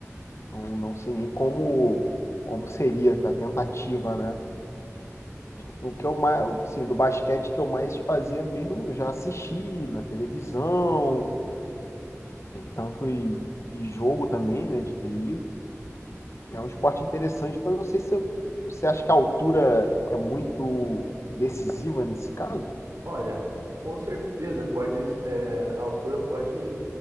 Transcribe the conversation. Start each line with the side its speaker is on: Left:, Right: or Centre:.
Left: não, não sei nem como, como seria a tentativa, né? O que eu mais, assim, do basquete que eu mais fazia mesmo, eu já assisti na televisão, tanto e, e jogo também, né, de TI. É um esporte interessante, mas eu não sei se eu- você acha que a altura é muito decisiva nesse caso.
Right: Olha, com certeza pode, é, a altura pode